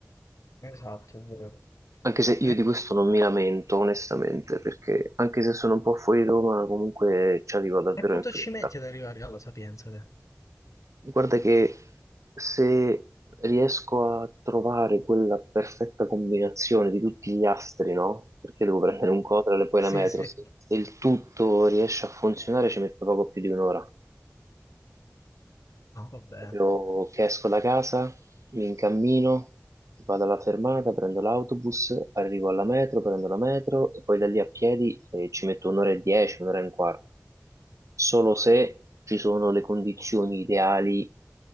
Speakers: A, on the left; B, on the right.
A: Esatto, è vero.
B: Anche se io
A: Eh,
B: di questo non mi lamento, onestamente, perché anche se sono un po' fuori Roma, comunque ci arrivo davvero
A: E quanto
B: in fretta.
A: ci metti ad arrivare alla Sapienza, te?
B: Guarda che se riesco a trovare quella perfetta combinazione di tutti gli astri, no? Perché devo prendere un Cotral e poi
A: Sì,
B: la metro,
A: sì.
B: se, se il tutto riesce a funzionare ci metto poco più di un'ora.
A: No? Vabbè.
B: Proprio che esco da casa, mi incammino, vado alla fermata, prendo l'autobus, arrivo alla metro, prendo la metro e poi da lì a piedi eh, ci metto un'ora e dieci, un'ora e un quarto. Solo se ci sono le condizioni ideali,